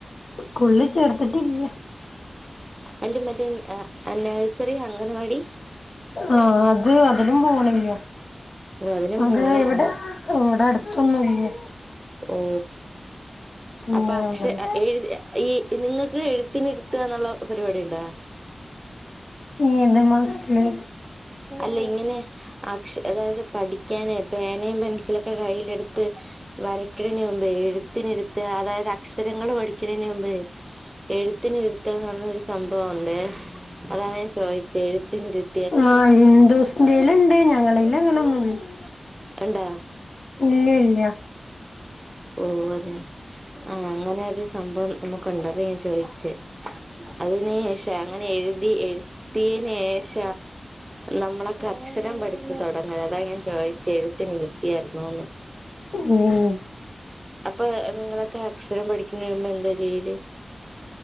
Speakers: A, on the left; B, on the right.
A: സ്കൂളില് ചേർത്തിട്ടില്ല
B: അല്ല മറ്റേ നേഴ്സറി അംഗൻവാടി
A: ആഹ് അത് അതിലും പോണില്ല്യ
B: ഓ അതിനും
A: അത്
B: പോണില്ല
A: ഇവിടെ
B: ആഹ്
A: ഇവിടെ അടുത്തൊന്നുംല്ല്യ
B: ഓ
A: പിന്നെ
B: അപ്പ അക്ഷ എഴുതിയ ഈ നിങ്ങൾക്ക് എഴുത്തിനി ഇരുത്ത ന്നുള്ള പരിപാടി ഉണ്ടോ
A: ഏത് മാസത്തില്
B: അല്ല ഇങ്ങനെ അക്ഷ അതായത് പഠിക്കാനെ പേനയും പെൻസിലൊക്കെ കയ്യിലെടുത്ത് വരയ്ക്കണന് മുമ്പേ എഴുത്തിന് ഇരുത്ത അതായത് അക്ഷരങ്ങള് പഠിക്കണതിന് മുമ്പേ എഴുത്തിന് ഇരുത്തന്നറഞ്ഞരു സംഭവംണ്ടെ അതാണ് ഞാൻ ചോദിച്ചേ എഴുത്തിന് ഇരു-
A: ആഹ് ഹിന്ദുസിന്റെല് ഇണ്ട് ഞങ്ങളേല് അങ്ങനൊന്നും ഇ -
B: ഇ ണ്ടാ
A: ഇല്ല്യല്ല്യ
B: ഓഹ് അതെ ആഹ് അങ്ങനെ ഒരു സംഭവം നമ്മക്ക് ഉണ്ട് അതാ ഞാൻ ചോയിച്ചേ അതിന് ശേ അങ്ങനെ എഴുതി എ- തിനേഷ നമ്മളൊക്കെ അക്ഷരം പഠിച്ചു തുടങ്ങല് അതാ ഞാൻ ചോയ്ച്ചേ എഴുത്തിന് ര്ത്തിയായിരുന്നുന്ന്
A: ഉം
B: അപ്പൊ നിങ്ങളൊക്കെ അക്ഷരം പഠിക്കുന്നതിന് മുമ്പ് എന്താ ചെയ്യല്